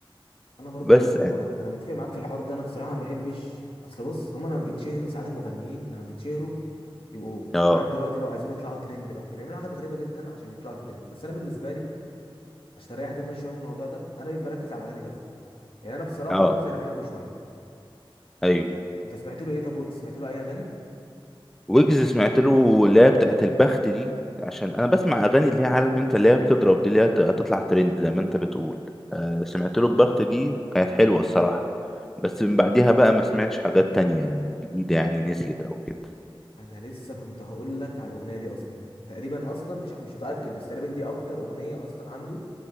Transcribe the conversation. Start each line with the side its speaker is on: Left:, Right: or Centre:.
Left: انا برضو
Centre: بس يعني
Left: انا متفق معاك في الحوار ده انا بصراحه ما بحبش اصل بص هما لما بيتشهروا ساعات المغنيين لما بيتشهروا بيبقوا
Centre: اه
Left: انت عارف دلوقتي بقوا عايزين يطلعوا ترند بقى فبيعملوا حاجات غريبه جدا عشان يطلعوا ترند بس انا بالنسبه لي عشان اريح دماغي شويه من الموضوع ده انا بركز على الاغاني بس يعني انا بصراحه
Centre: اه
Left: ويجز انا بحبه شويه
Centre: ايوه
Left: انت سمعت له ايه طب ويجز سمعت له اي اغاني
Centre: ويجز سمعت له اللي هي بتاعت البخت دي عشان انا بسمع اغاني اللي هي عارف انت اللي هي بتضرب دي اللي هي هتطلع ترند زي ما انت بتقول آه، سمعت له البخت دي كانت حلوه الصراحه بس من بعديها بقى ما سمعتش حاجات تانية جديدة يعني نزلت أو كده
Left: انا لسه كنت هقول لك على الاغنيه دي اصلا تقريبا اصلا مش مش متاكد بس تقريبا دي اكتر اغنيه اصلا عنده